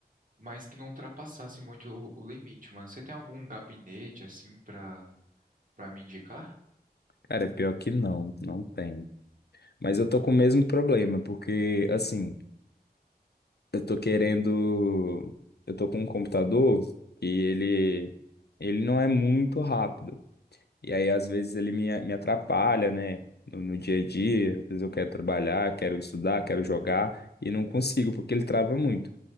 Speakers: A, on the right; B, on the left.
A: mas que não ultrapassasse muito o, o limite, mano. Você tem algum gabinete assim pra para me indicar?
B: Cara, pior que não, não tem. Mas eu tô
A: Não.
B: com o mesmo problema, porque assim, eu tô querendo, eu tô com um computador e ele ele não é muito rápido. E aí às vezes ele me, me atrapalha, né? No, no dia a dia, às vezes eu quero trabalhar, quero estudar, quero jogar e não consigo porque ele trava muito.